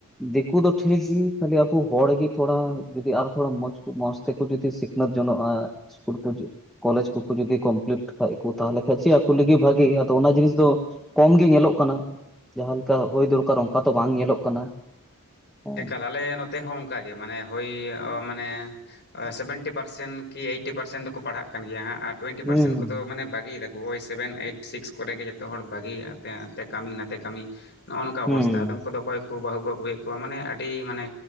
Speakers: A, in the centre; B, on the left (about 50°).
A: ᱫᱤᱠᱩ ᱫᱚ ᱴᱷᱤᱠᱜᱮ ᱠᱷᱟᱞᱤ ᱟᱵᱚ ᱦᱚᱲ ᱜᱤ ᱛᱷᱚᱲᱟ ᱡᱩᱫᱤ ᱟᱨᱚ ᱛᱷᱚᱲᱟ ᱢᱚᱸᱡᱽ ᱠᱷᱩᱵ ᱢᱚᱸᱡᱽ ᱛᱮᱠᱚ ᱡᱩᱫᱤ ᱥᱤᱠᱷᱱᱟᱹᱛ ᱡᱚᱱᱚᱜᱼᱟ ᱤᱥᱠᱩᱞ ᱠᱚ ᱡᱩ ᱠᱚᱞᱮᱡᱽ ᱠᱚ ᱡᱩᱫᱤ ᱠᱚᱢᱯᱞᱤᱴ ᱠᱷᱟᱡ ᱠᱚ ᱛᱟᱦᱚᱞᱮ ᱠᱷᱟᱡ ᱪᱮᱫ ᱟᱠᱩ ᱞᱟᱹᱜᱤᱫ ᱵᱷᱟᱜᱮ ᱟᱫᱚ ᱚᱱᱟ ᱡᱤᱱᱤᱥ ᱫᱚ ᱠᱚᱢ ᱜᱮ ᱧᱮᱞᱚᱜ ᱠᱟᱱᱟ ᱡᱟᱦᱟᱸ ᱞᱮᱠᱟ ᱦᱳᱭ ᱫᱚᱨᱠᱟᱨ ᱚᱝᱠᱟ ᱛᱚ ᱵᱟᱝ ᱧᱮᱞᱚᱜ ᱠᱟᱱᱟ᱾ ᱦᱮᱸ
B: ᱮᱠᱟᱞ ᱟᱞᱮ ᱱᱚᱛᱮ ᱦᱚᱸ ᱚᱝᱠᱟ ᱜᱮ ᱢᱟᱱᱮ ᱦᱳᱭ ᱢᱟᱱᱮ ᱥᱮᱵᱷᱮᱱᱴᱤ ᱯᱟᱨᱥᱮᱱᱴ ᱠᱤ ᱮᱭᱤᱴᱤ ᱯᱟᱨᱥᱮᱱᱴ ᱫᱚᱠᱚ ᱯᱟᱲᱦᱟᱜ ᱠᱟᱱ ᱜᱮᱭᱟ ᱦᱟᱸᱜ ᱟᱨ ᱴᱩᱭᱮᱱᱴᱤ
A: ᱦᱩᱸ
B: ᱯᱟᱨᱥᱮᱱᱴ ᱠᱚᱫᱚ ᱢᱟᱱᱮ ᱵᱟᱹᱜᱤᱭᱮᱫᱟ ᱳᱭ ᱥᱮᱵᱷᱮᱱ, ᱮᱭᱤᱴ, ᱥᱤᱠᱥ ᱠᱚᱨᱮ ᱜᱮ ᱡᱚᱛᱚ ᱦᱚᱲ ᱵᱷᱟᱹᱜᱤ ᱟᱛᱮ ᱟᱱᱛᱮ ᱠᱟᱹᱢᱤ ᱱᱟᱛᱮ ᱠᱟᱹᱢᱤ ᱱᱚᱜᱼᱚ ᱱᱚᱠᱟ ᱚᱵᱚᱥᱛᱟ,
A: ᱦᱩᱸ
B: ᱟᱫᱚᱢ ᱠᱚᱫᱚ ᱚᱠᱚᱭ ᱠᱚ ᱵᱟᱹᱦᱩ ᱠᱚ ᱟᱹᱜᱩᱮᱜ ᱠᱚᱣᱟ ᱢᱟᱱᱮ ᱟᱹᱰᱤ ᱢᱟᱱᱮ